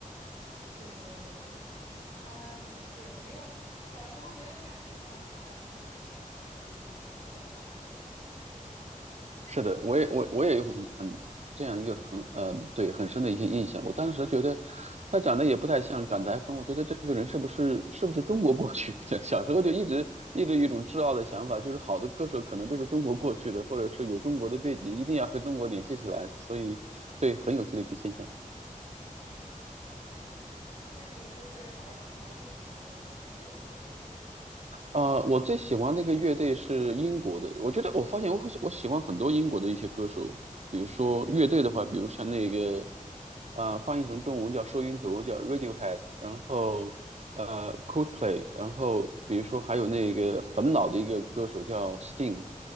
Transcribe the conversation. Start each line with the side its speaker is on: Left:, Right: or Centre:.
Left: 对对对，是的，他嗯对没有小时候没有感觉到他嗯他是就是香港口音啊什么的。
Right: 是的，我也我我也有很很这样一个很呃对很深的一些印象。我当时觉得他长得也不太像港台风，我觉得这个人是不是是不是中国过去的？<laughs> 小时候就一直一直有一种自傲的想法，就是好的歌手可能都是中国过去的，或者是有中国的背景，一定要和中国联系起来。所以对，很有趣的一个现象。
Left: 嗯嗯，对，那你就是还还会喜欢有没有特别的歌手？
Right: 呃，我最喜欢那个乐队是英国的。我觉得我发现我会我喜欢很多英国的一些歌手，比如说乐队的话，
Left: 嗯
Right: 比如像那个，呃，翻译成中文叫收音头，叫 Radiohead，然后呃 Coldplay，然后比如说还有那个很老的一个歌手叫 Sting，